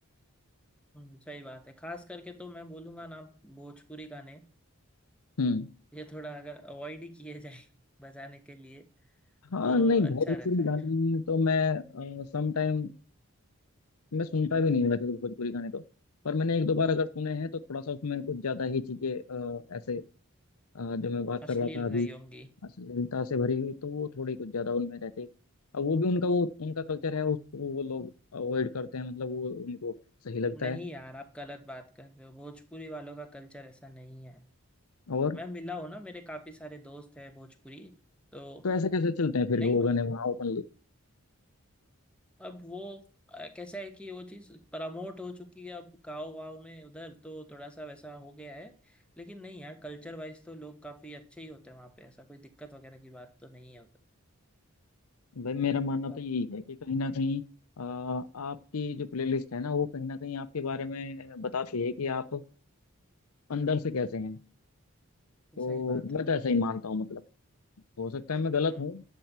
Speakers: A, in the centre; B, on the left.
A: हम्म, सही बात है खास करके तो मैं बोलूंगा ना भोजपुरी गाने
B: हम्म
A: ये थोड़ा अगर अवॉइड ही किए जाए <laughs> बजाने के लिए
B: हाँ
A: तो
B: नहीं
A: अच्छा
B: भोजपुरी
A: रहता
B: गाने
A: है
B: तो मैं सम टाइम मैं सुनता भी नहीं हूँ वैसे तो भोजपुरी गाने तो पर मैंने एक दो बार अगर सुने हैं तो थोड़ा सा उसमें कुछ ज्यादा ही चीजें अ, ऐसे अ, जो मैं बात
A: अश्लील
B: कर रहा था अभी
A: रही होंगी
B: अश्लीलता से भरी हुई तो वो थोड़ी कुछ ज्यादा उनमें रहती है अब वो भी उनका वो उनका कल्चर है उसको वो लोग अवॉइड करते हैं मतलब वो उनको सही लगता
A: नहीं
B: है
A: यार आप गलत बात कर रहे हो भोजपुरी वालों का कल्चर ऐसा नहीं है
B: और
A: मैं मिला हूँ ना मेरे काफी सारे दोस्त हैं भोजपुरी तो
B: तो ऐसे कैसे चलते हैं फिर
A: नहीं
B: वो
A: मतलब
B: गाने वहाँ ओपनली
A: अब वो अ, कैसा है कि वो चीज प्रमोट हो चुकी है अब गाँव गाँव में उधर तो थोड़ा सा वैसा हो गया है लेकिन नहीं यार कल्चर वाइज तो लोग काफी अच्छे ही होते हैं वहाँ पे ऐसा कोई दिक्कत वगैरह की बात तो नहीं है उधर
B: भाई मेरा मानना
A: अब
B: तो यही है कि कहीं ना कहीं आ, आपकी जो प्लेलिस्ट है ना वो कहीं ना कहीं आपके बारे में बताती है कि आप अंदर से कैसे हैं तो
A: सही बात है
B: मैं तो ऐसा ही मानता हूँ मतलब हो सकता है मैं गलत
A: हम्म
B: हूँ